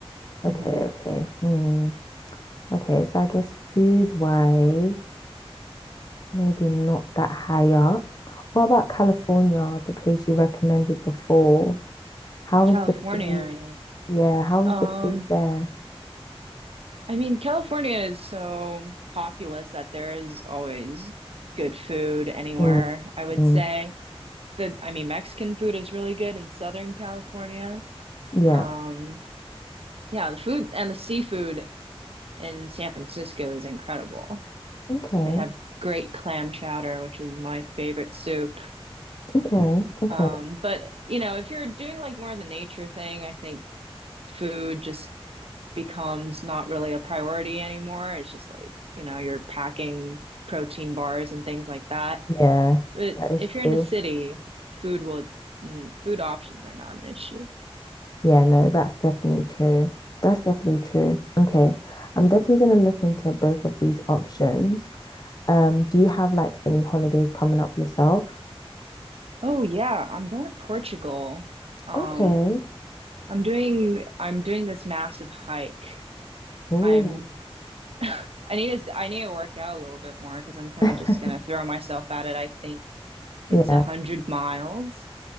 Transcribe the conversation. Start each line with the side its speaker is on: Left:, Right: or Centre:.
Left: okay,
Right: hmm
Left: okay. Hmm. Okay, so I guess food wise, maybe not that high up. What about California, the place you recommended before? How
Right: California.
Left: is the food? Yeah, how
Right: Yeah.
Left: is
Right: Um,
Left: the food there?
Right: I mean, California is so populous that there is always good food anywhere,
Left: Mm,
Right: I would
Left: mm.
Right: say. the I mean Mexican food is really good in Southern California.
Left: Yeah.
Right: Um, yeah, the food and the seafood in San Francisco is incredible.
Left: Okay,
Right: They have great clam chowder, which is my favorite soup.
Left: okay, okay.
Right: Um, but you know, if you're doing like more of the nature thing, I think food just becomes not really a priority anymore. It's just like, you know, you're packing protein bars and things like that.
Left: Yeah,
Right: But
Left: that is
Right: if you're
Left: true.
Right: in a city, food will mm, food options are not an issue.
Left: Yeah, no, that's definitely true. That's definitely true. Okay. I'm definitely going to look into both of these options. Um, do you have like any holidays coming up yourself?
Right: Oh yeah, I'm going to Portugal. Um,
Left: Okay.
Right: I'm doing I'm doing this massive hike.
Left: Oh.
Right: I'm <laughs> I need to s- I need to work out a little bit more because I'm kind
Left: <laughs>
Right: of just gonna throw myself at it. I think
Left: Yeah.
Right: it's a hundred miles